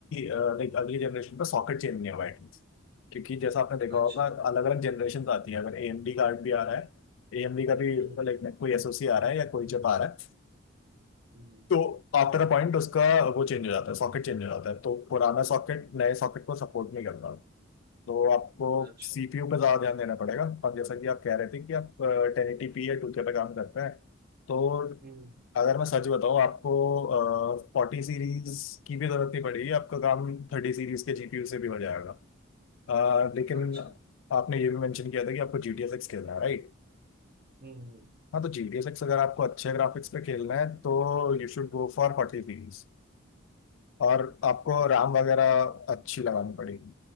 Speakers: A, on the left; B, on the right.
A: लाइक अगली जनरेशन पर सॉकेट चेंज नहीं होगा एटलीस्ट क्योंकि जैसा आपने देखा
B: अच्छा
A: होगा अलग अलग जनरेशन आती है अगर एएमडी कार्ड भी आ रहा है एएमडी का भी
B: हम्म
A: लाइक कोई एसओसी आ रहा है या कोई चिप आ रहा है
B: हम्म
A: तो आफ्टर अ पॉइंट उसका वो चेंज हो जाता है सॉकेट चेंज हो जाता है तो पुराना सॉकेट नए सॉकेट को सपोर्ट नहीं करता तो आपको
B: अच्छा
A: सीपीयू पे ज़्यादा ध्यान देना पड़ेगा और जैसा कि आप कह रहे थे कि आप टेन एटी पी या 2K पे काम करते हैं तो
B: हम्म
A: अगर मैं सच बताऊं आपको फोर्टी सीरीज की भी ज़रूरत नहीं पड़ेगी आपका काम थर्टी सीरीज के जीपीयू से भी हो जाएगा अ, लेकिन
B: अच्छा
A: आपने ये भी मेंशन किया था कि आपको जी टी एस एक्स खेलना है राइट
B: हम्म
A: हाँ तो जी टी एस एक्स अगर आपको अच्छे ग्राफिक्स पे खेलना है तो you should go for forty series और आपको
B: फोर्टीन
A: राम वगैरह
B: से
A: अच्छी लगानी पड़ेगी